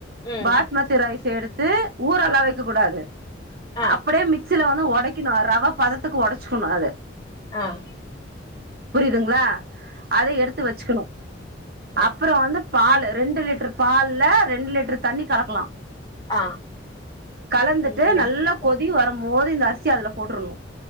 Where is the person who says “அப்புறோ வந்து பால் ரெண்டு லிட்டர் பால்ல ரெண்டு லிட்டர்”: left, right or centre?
Right